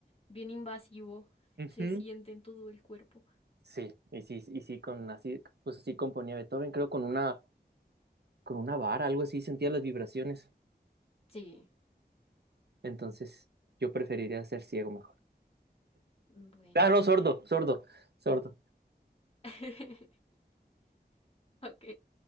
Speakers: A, on the left (about 35°); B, on the right (about 70°).
A: bien invasivo,
B: Ujú.
A: se siente en todo el cuerpo.
B: Sí, y sí, y sí, con así, pues así componía Beethoven, creo con una, con una vara, algo así, sentía las vibraciones.
A: Sí,
B: Entonces, yo preferiría ser ciego mejor.
A: bueno.
B: Ah, no, sordo,
A: eh.
B: sordo, sordo.
A: <laughs> Ok.